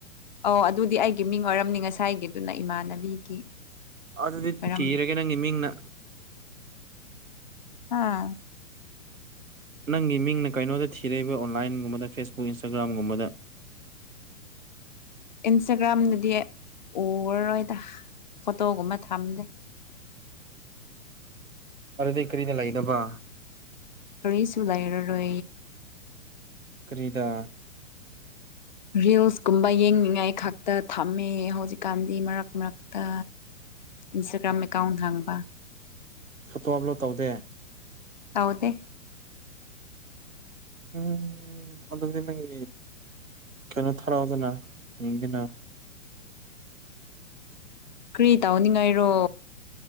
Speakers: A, on the left (about 35°); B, on the right (about 85°).
A: ꯑꯣ ꯑꯗꯨꯗꯤ ꯑꯩꯒꯤ ꯃꯤꯡ ꯑꯣꯏꯔꯝꯅꯤ ꯉꯁꯥꯏꯒꯤꯗꯨꯅ ꯏꯃꯥꯟꯅꯕꯤꯒꯤ
B: ꯑꯗꯨꯗꯤ
A: ꯑꯣꯏꯔꯝꯅꯤ
B: ꯊꯤꯔꯒꯦ ꯅꯪꯒꯤ ꯃꯤꯡꯅ
A: ꯑꯥ
B: ꯅꯪꯒꯤ ꯃꯤꯡꯅ ꯀꯩꯅꯣꯗ ꯊꯤꯔꯛꯏꯕ ꯑꯣꯟꯂꯥꯏꯟꯒꯨꯝꯕꯗ ꯐꯦꯁꯕꯨꯛ ꯏꯟꯁꯇꯥꯒ꯭ꯔꯥꯝꯒꯨꯝꯕꯗ <inaudible>
A: ꯏꯟꯁꯇꯥꯒ꯭ꯔꯥꯝꯗꯗꯤ ꯎꯔꯔꯣꯏꯗ ꯐꯣꯇꯣꯒꯨꯝꯕ ꯊꯝꯗꯦ
B: ꯑꯔꯗꯤ ꯀꯔꯤꯅ ꯂꯏꯗꯕ
A: ꯑꯩꯩꯁꯨꯨꯗꯥꯏꯔ ꯔꯦ
B: ꯐꯔꯤꯗꯥ
A: ꯔꯤꯜꯁꯀꯨꯝꯕ ꯌꯦꯡꯅꯤꯡꯉꯥꯏ ꯈꯛꯇ ꯊꯝꯃꯦ ꯍꯧꯖꯤꯛꯀꯥꯟꯗꯤ ꯃꯔꯛ ꯃꯔꯛꯇ ꯏꯟꯁꯇꯥꯒ꯭ꯔꯥꯝ ꯑꯦꯀꯥꯎꯟ ꯍꯥꯡꯕ
B: ꯐꯣꯇꯣ ꯑꯞꯂꯣꯗ ꯇꯧꯗꯦ
A: ꯇꯥꯎꯗꯦ
B: ꯎꯝ ꯑꯗꯗꯤ ꯅꯉ ꯀꯩꯅꯣ ꯊꯔꯑꯣꯗꯅ ꯏꯡ ꯀꯅꯥ
A: ꯀ꯭ꯔꯤ ꯇꯧꯅꯤꯡꯉꯥꯏꯔꯣ